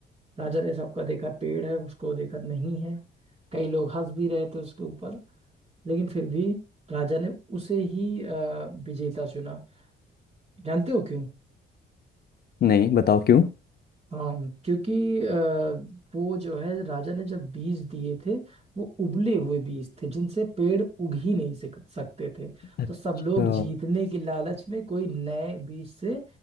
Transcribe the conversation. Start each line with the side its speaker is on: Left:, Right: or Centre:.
Right: राजा ने सबका देखा पेड़ है उसको देखा नहीं है कई लोग हंस भी रहे थे उसके ऊपर लेकिन फिर भी राजा ने उसे ही अ, विजेता चुना जानते हो क्यों
Left: नहीं बताओ क्यों
Right: हाँ क्योंकि अ, वो जो है राजा ने जब बीज दिए थे वो उबले हुए बीज थे जिनसे पेड़ उग ही नहीं सक- सकते थे
Left: अच्छा
Right: तो सब लोग जीतने की लालच में कोई नए बीज से